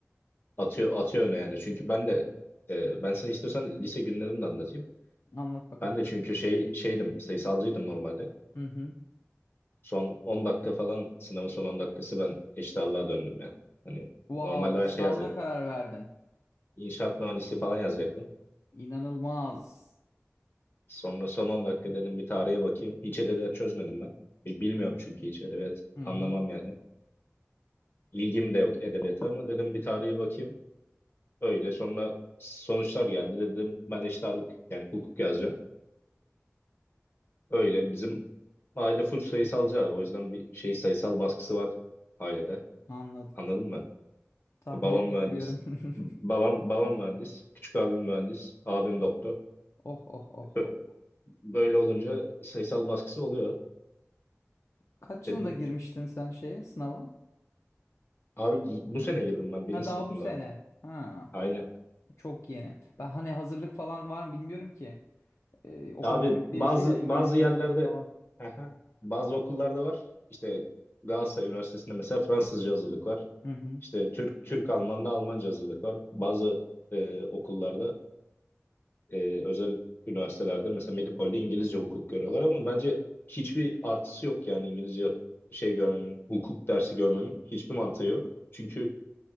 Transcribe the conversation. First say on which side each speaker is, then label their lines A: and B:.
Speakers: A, on the left; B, on the left.
A: atıyor atıyor öne yani. Çünkü ben de e, ben sana istiyorsan lise günlerimi de anlatayım.
B: anlat bakalım.
A: Ben de çünkü şey şeydim sayısalcıydım normalde.
B: Hı hı.
A: Son 10 dakika falan sınavın son 10 dakikası ben eşit ağırlığa döndüm yani. Hani
B: Wow,
A: normalde ben
B: sınavda
A: şey yazacak,
B: karar verdin.
A: inşaat mühendisliği falan yazacaktım.
B: İnanılmaz.
A: Sonra son 10 dakika dedim bir tarihe bakayım. Hiç edebiyat çözmedim ben. Bil- Bilmiyorum çünkü hiç edebiyat
B: Hı
A: anlamam
B: hı.
A: yani. İlgim de yok edebiyata ama dedim bir tarihe bakayım. Öyle sonra sonuçlar geldi dedim ben eşit ağırlık yani hukuk yazacağım. Öyle bizim aile full sayısalcı abi o yüzden bir şey sayısal baskısı var ailede.
B: Anladım.
A: Anladın mı?
B: Tahmin
A: Ya Babam
B: edebiliyorum.
A: mühendis.
B: <laughs>
A: Babam babam mühendis. Küçük abim mühendis. Abim doktor.
B: Oh oh oh
A: Ö-
B: oh.
A: Böyle olunca sayısal baskısı oluyor.
B: Kaç
A: Dedim
B: yılında girmiştin sen şeye sınava?
A: abi bu sene girdim ben birinci
B: Ha daha
A: sınıfında
B: bu sene. Ha
A: Aynen.
B: çok yeni. Ben hani hazırlık falan var mı bilmiyorum ki. Ee, okul
A: Abi bazı
B: değişiyor ya İngilizce
A: bazı
B: hazırlık
A: yerlerde
B: falan.
A: Aha. bazı okullarda var. İşte Galatasaray Üniversitesi'nde mesela Fransızca hazırlık var.
B: Hı hı.
A: İşte Türk Türk Alman'da Almanca hazırlık var. Bazı e, okullarda e, özel üniversitelerde mesela Medipol'de İngilizce hukuk görüyorlar ama bence hiçbir artısı yok yani İngilizce şey görmemin, hukuk dersi görmemin hiçbir mantığı yok. Çünkü